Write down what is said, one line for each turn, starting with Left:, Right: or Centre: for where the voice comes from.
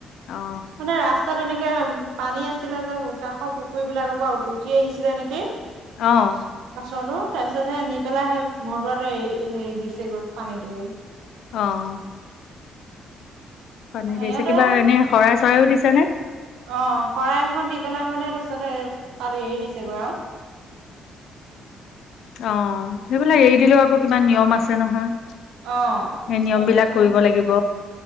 Left: অ
Right: মানে ৰাস্তাত এনে পানী আছিলে যে কাষৰ পুখুৰী বিলাকৰ পৰা উঠি আহিছিলে নেকি।
Left: অঁ।
Right: কাছটো তাৰ পিছত সে নি পেলাই সেই মৰ পৰাতে হেৰি দিছেগৈ পানীতে।
Left: অঁহ। পানী
Right: সিহঁতে
Left: দিছে, কিবা এনে শৰাই চৰাইও দিছে নে?
Right: অ', শৰাই এখন দি পেলাই মানে তাৰপিছত, তাত এৰি দিছেগৈ আৰু।
Left: অ', সেইবিলাক এৰি দিলেও আকৌ কিবা নিয়ম আছে নহয়।
Right: অ <unintelligible>
Left: সেই
Right: অ',
Left: বিলাক
Right: নিয়ম
Left: কৰিব লাগিব